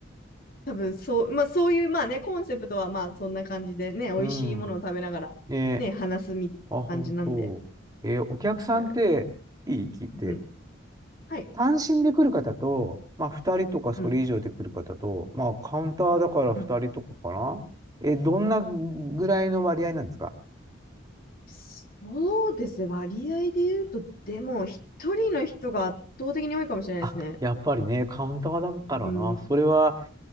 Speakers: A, on the left; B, on the right.
A: 多分そう、まあそういう、まあね、コンセプトはまあそんな感じでね、美味しいものを食べながらね、
B: うん。ねえ。
A: 話すみたいな感じなんで。
B: あ、本当。えーお客さんって、
A: はい
B: いい聞いて。
A: うん。はい。
B: 単身で来る方と、まあ、2人とかそれ以上で来る方と、
A: うん。
B: まあ、カウンターだから2人とかかなえーどんなぐらいの割合なんですか
A: うん。そうですね。割合で言うと、でも一人の人が圧倒的に多いかもしれないですね。
B: あ、やっぱりね、カウンターだからな。
A: うん、
B: それは、